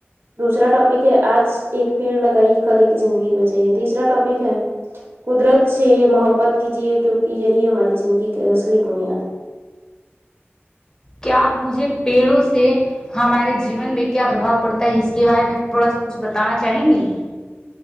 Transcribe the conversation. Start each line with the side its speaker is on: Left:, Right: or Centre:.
Right: دوسرا ٹاپک ہے آج ایک پیڑ لگائیے کل ایک کی زندگی بجائیے تیسرا ٹاپک ہے قدرت سے محبت کیجیے کیونکہ یہی ہماری زندگی کی اصلی بنیاد ہے
Left: کیا آپ مجھے پیڑوں سے ہمارے جیون میں کیا پربھؤ پڑتا ہے اس کے بارے میں تھوڑا سا کچھ بتانا چاہیں گی